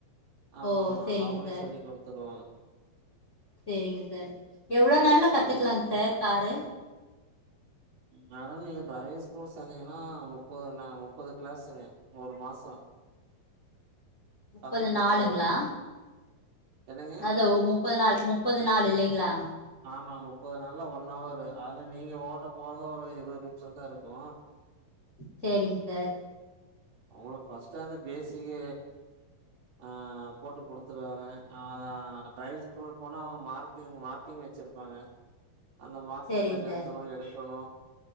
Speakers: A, on the right; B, on the left.
A: ஆமா
B: ஓ
A: ஆமா
B: சேரிங்க
A: அவங்களே
B: சார்
A: சொல்லி் குடுத்துடுவாங்க.
B: சேரிங்க சார். எவ்ளோ நல்லா கத்துக்கலாங்
A: ம்.
B: சார் காரு?
A: மேடம் நீங்க டிரைவிங் ஸ்கூல் சேந்தீங்கன்னா முப்பது ந முப்பது கிளாஸ்ங்க ஒரு மாசோ
B: முப்பது
A: கத்து குடுத்துருவாங்க.
B: நாளுங்களா
A: என்னங்க?
B: அது மு ப்பது நாள் முப்பது நாள் இல்லைங்களா?
A: ஆமா முப்பது நாள்ல ஒன் அவரு அதுல நீங்க ஓட்டப் போறது ஒரு இருவது நிமிஷந்தா இருக்கு
B: சேரிங் சார்
A: அவுங்களுக்கு ஃபஸ்ட்டு அந்த பேசக்கி ஆ போட்டு குடுத்துருவாங்க அது ஆ ட்ரைவிங் ஸ்கூல் போனா அவங்க மார்க்கிங் மார்க்கிங் வச்சிருப்பாங்க அந்த மார்க்கிங்ல
B: சேரிங்
A: நிறுத்தணு
B: சார்
A: எடுக்கணு